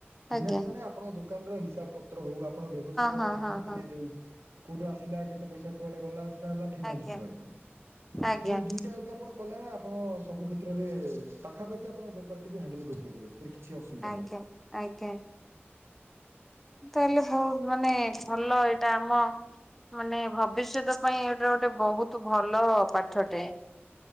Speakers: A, on the right (about 80°); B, in the centre.
A: ଫିନାନ୍ସ
B: ଆଜ୍ଞା
A: ମାନେ ଆପଣଙ୍କ ଦୋକାନର ହିସାବ ପତ୍ର ହଉ ଆପଣ ବ୍ୟବସାୟର
B: ହଁ
A: ଫିନା
B: ହଁ ହଁ
A: ମାନେ
B: ହଁ
A: କୋଉଠୁ ଆସିଲା କେତେ ପଇସା କୁଆଡେ ଗଲା। ସେଟା ହେଲା ଫିନାନସ
B: ଆଜ୍ଞା
A: ଡିପାଟ ମେନଣ୍ଟ
B: ଆଜ୍ଞା
A: ଦିଟା ଆପଣ କଲେ ଆପଣ ସବୁ କ୍ଷେତ୍ରରେ ପାଖାପାଖି ଆପଣ ବେପାର ଟିକୁ ହଣ୍ଡେଲ କରିପାରିବେ <unintelligible>
B: ଆଜ୍ଞା
A: ନାହିଁ।
B: ଆଜ୍ଞା। ତାହେଲେ ବହୁତ ମାନେ ଭଲ ଏଇଟା ଆମ ମାନେ ଭବିଷ୍ୟତ ପାଇଁ ଏଇଟା ଗୋଟେ ବହୁତ ଭଲ ପାଠଟେ